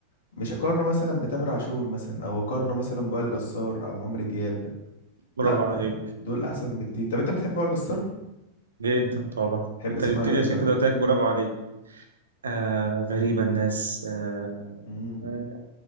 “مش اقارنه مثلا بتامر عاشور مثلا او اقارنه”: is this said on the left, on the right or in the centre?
Left